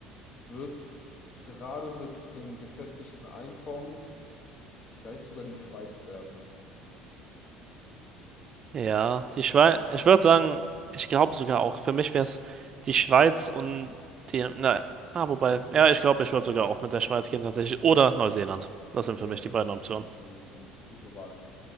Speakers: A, on the left; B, on the right.
A: wird's gerade mit einem gefestigten Einkommen vielleicht sogar die Schweiz werden.
B: Ja, die Schweiz, ich würde sagen, ich glaube sogar auch, für mich wäre es die Schweiz und die, na, ah, wobei, ja, ich glaube, ich würde sogar auch mit der Schweiz gehen tatsächlich oder Neuseeland. Das sind
A: Ja,
B: für mich
A: okay.
B: die beiden Optionen.
A: Sind, sind gute Wahlen.